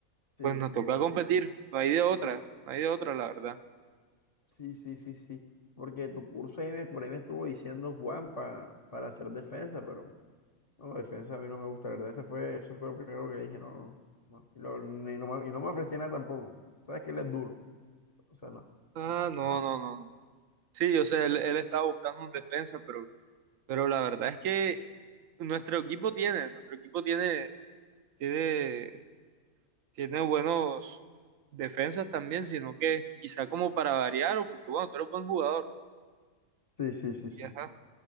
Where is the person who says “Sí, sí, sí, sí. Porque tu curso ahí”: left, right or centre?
Left